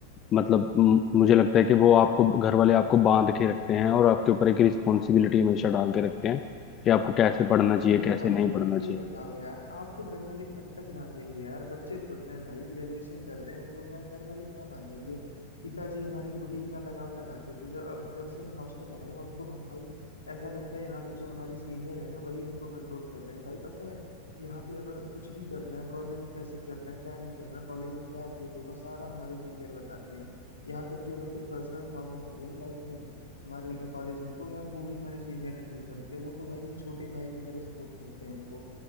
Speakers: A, on the left; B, on the left.
A: मतलब म- मुझे लगता है कि वो आपको घर वाले आपको बांध के रखते हैं और आपके ऊपर एक रिस्पॉन्सिबिलिटी हमेशा डाल के रखते हैं कि आपको कैसे पढ़ना
B: अरे
A: चाहिए कैसे
B: भाई
A: नहीं पढ़ना चाहिए
B: ये बताओ यार आपको घर वाले कब तक बांधेंगे यार बच्चे थोड़े ना है भाई ग्रेजुएशन कर रहे हैं हम लोग यार घर वाले क्या बांधेंगे पिताजी हमारे खुद ही इतना लगाम लगाते थे जब अब जब से मैं हॉस्टल आया हूँ अब तो भाई ऐसा लगता है यहाँ पे जो हमारे सीनियर है ना वही हमको कंट्रोल कर रहे हैं भाई पता है यहाँ पे अगर कुछ भी करना है प्रोजेक्ट कैसे करना है क्या नहीं करना कॉलेज में क्या अपडेट होगा सारा हमारे सीनियर बताते हैं यहाँ तक कि अगर कोई पर्सनल प्रॉब्लम हो गई ना लाइफ में हमारे कॉलेज में तो यार वो भी हमारे सीनियर हैंडल करते हैं वो तो भाई एक छोटे भाई की तरह सपोर्ट करते हैं हमको